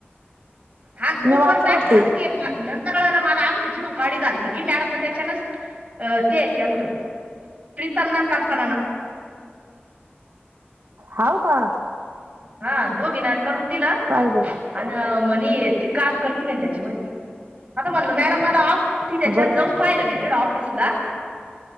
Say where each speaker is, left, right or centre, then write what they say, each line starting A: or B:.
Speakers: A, on the right; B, on the right.
A: हा ग्रुप
B: मी वाचल
A: वर टाकलं
B: होते
A: तर ते नंत कळलं मला आमच चिडून काढी झालत ती मॅडम न त्याच्यानच अ ते केलत. प्रीतल ना कल्पना ना.
B: हाव का?
A: हा, दोघीना करून दिलं.
B: पाहिय बाय
A: अन, म्हणी ती काम करती मनें त्याच्या मधी आता म्हणल मॅडम मला ऑफ होती त्याच्यात
B: बर
A: जाऊन पाहिलं मी तिकड ऑफिसला.